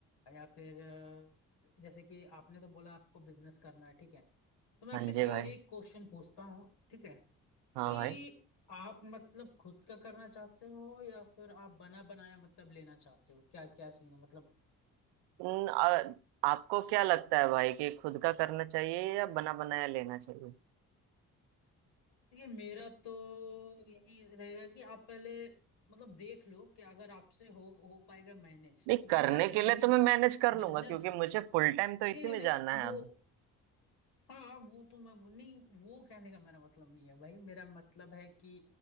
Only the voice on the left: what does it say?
या फिर अ, जैसे कि आपने तो बोला आपको बिजनेस करना है ठीक है तो मैं
आपसे ए,
एक क्वेश्चन पूछता हूँ ठीक है
कि
आप मतलब खुद का करना चाहते हो या फिर आप बना बनाया मतलब लेना चाहते हो क्या क्या सीन है मतलब
ये मेरा तो यही रहेगा कि आप पहले मतलब देख लो कि अगर आपसे हो हो पाएगा मैनेज
क्योंकि
ना ये
ना
बिजनेस
नहीं
नहीं नहीं
वो
हाँ वो तो मैं नहीं वो कहने का मेरा मतलब नहीं है भाई मेरा मतलब है कि